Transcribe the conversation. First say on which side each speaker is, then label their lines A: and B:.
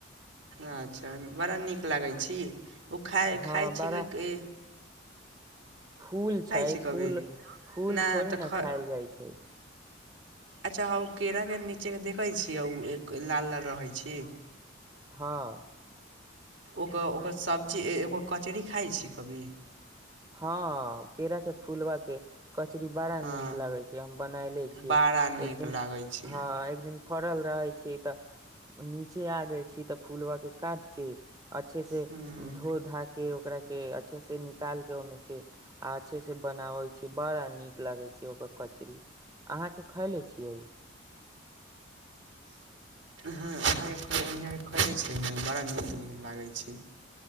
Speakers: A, on the right (about 70°); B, on the right (about 20°).
A: अच्छा बड़ा नीक लागै छी। ओ खाइ
B: हँ
A: खाइ छी
B: बड़ा
A: क।
B: फूल छै
A: छी कभी
B: फूल फूल
A: ना
B: थोड़ी
A: तऽ
B: ने
A: ख
B: खायल जाइ छै।
A: अच्छा हँ ओ केराके नीचेके देखैत छियै ओ एक लाल लाल रहै छी।
B: हँ।
A: ओकर ओकर सब्जी ओ कचरी खाइ छी कभी।
B: हँ केरा के फुलवा के। कचरी बड़ा
A: हँ
B: नीक लागै छै हम बनायले छियै
A: बड़ा नीक
B: एक दिन
A: लागै छै
B: हँ एक दिन। फड़ल रहे छी तऽ नीचे आगे छी तऽ फूलब के। काट के अच्छे से
A: हूँ हूँ
B: धो धा। के ओकरा के अच्छे से निकाल। ओहिमे से अच्छे से बनाबै छी बड़ा नीक लगे छै ओकर कचरीी अहाँ के खैले छियै।
A: हँ अहाँके खोजै छै ने बड़ा नीक नीक लागै छै।